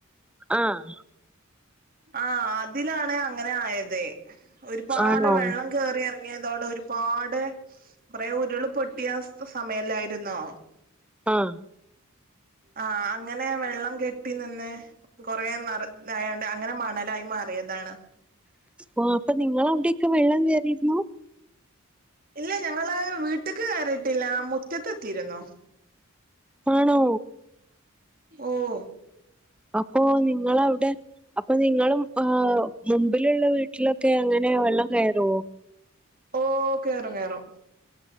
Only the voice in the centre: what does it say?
ആഹ്
ആണോ
ആഹ്
ഓ അപ്പൊ നിങ്ങ അവിടെയൊക്കെ വെള്ളം കയറിയിരുന്നു
ആണോ
അപ്പൊ നിങ്ങളവിടെ അപ്പൊ നിങ്ങളും മുമ്പിലുള്ള വീ ട്ടിലൊക്കെ അങ്ങനെ വെള്ളം കയറുവോ